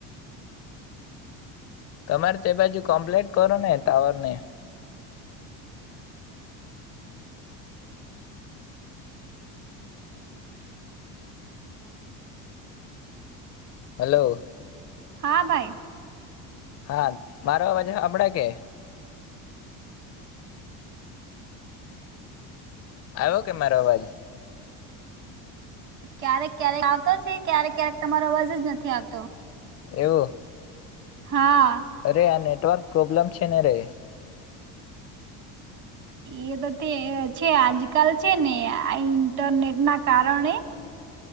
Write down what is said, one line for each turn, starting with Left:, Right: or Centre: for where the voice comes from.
Left: તમારે તે બાજુ કમ્પ્લીટ કરો ને ટાવર ને હલો.
Right: હા ભાઈ
Left: હા બારવા વાજે આપણા કે આવ્યો કે મારો અવાજ
Right: ક્યારેક ક્યારેક આવતો છે ક્યારેક ક્યારેક તમારો અવાજ જ નથી આવતો.
Left: એવું.
Right: હા.
Left: અરે આ નેટવર્ક પ્રોબ્લેમ છે ને રે
Right: એ તો તે છે આજકાલ છે ને આ ઇન્ટરનેટ ના કારણે